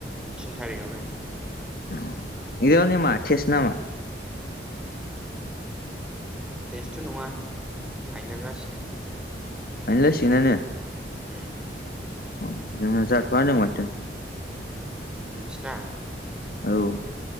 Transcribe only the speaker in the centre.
थिन थारिखावनो।
टेस्थथ' नङा फाइनाल जासिगोन।
ओम।
नोंसिना